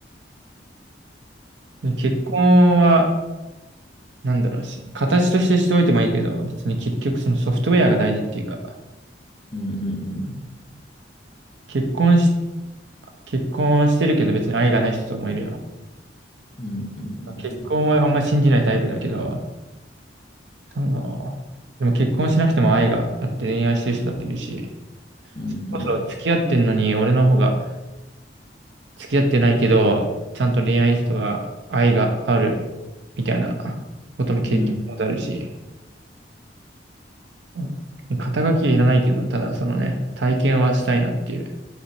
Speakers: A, on the right (about 75°); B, on the left (about 25°).
A: で結婚は、なんだろうし、形としてしておいてもいいけど、別に結局そのソフトウェアが大事っていうか、
B: うんうん
A: 結婚し、結婚してるけど別に愛がない人ともいるよ。
B: うん。うんうんうん
A: 結婚はあんま信じないタイプだけど、その、でも結婚しなくても愛があって恋愛してる人だっているし、
B: うんうん。
A: それこそ付き合ってんのに俺の方が
B: うん
A: 付き合ってないけど、ちゃんと恋愛人が愛があるみたいなことも経験もあるし、
B: うん。
A: うん肩書きはいらないけど、ただそのね、体験はしたいなっていう